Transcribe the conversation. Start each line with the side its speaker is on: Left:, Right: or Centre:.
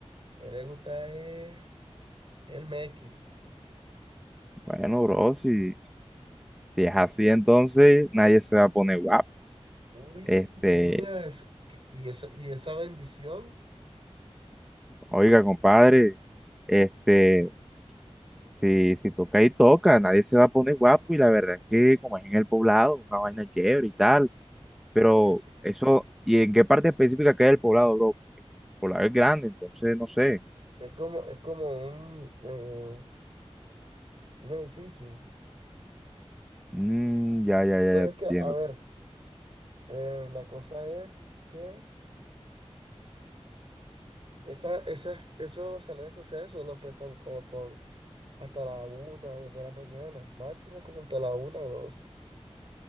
Right: A ella le gusta es el meque.
Centre: Bueno, bro, si, si es así, entonces nadie se va a poner guapo.
Right: Uy,
Centre: Este,
Right: mira, es- que- y esa, y esa bendición,
Centre: oiga, compadre, este. Si, si toca y toca, nadie se va a poner guapo y la verdad es que como es en el poblado, una vaina chévere y tal, pero
Right: y es,
Centre: eso, ¿y en qué parte específica queda el poblado, bro? Porque el poblado es grande, entonces no sé.
Right: es como, es como un, eh, un edificio.
Centre: Mm, ya, ya, ya,
Right: Pero
Centre: ya
Right: es
Centre: te
Right: que,
Centre: entiendo.
Right: a ver,
Centre: te-
Right: eh, la cosa es que Esa, esas, esos salones sociales solo prestan como por hasta la una o dos de la mañana, máximo como hasta la una o dos.